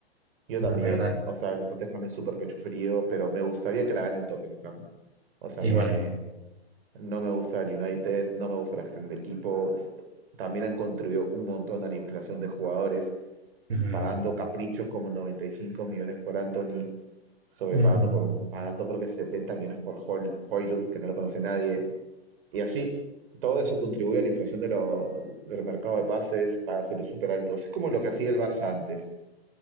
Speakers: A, on the right; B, on the right.
A: Yo también,
B: La verdad,
A: o sea, el Tottenham es súper pecho frío, pero me gustaría que la gane el Tottenham. O sea,
B: igual
A: me,
B: a mí.
A: No me gusta el United, no me gusta la gestión del equipo. S- También han contribuido un montón a la inflación de jugadores,
B: Ujú.
A: pagando caprichos como 95 millones por Anthony, sobrepagando
B: Mm,
A: por, un- pagando creo que 70 millones por Hoy- Højlund, que no lo conoce nadie. Y así, todo eso contribuye a la inflación de lo- del mercado de pases, pagas sueldos súper altos. Es como lo que hacía el Barça antes.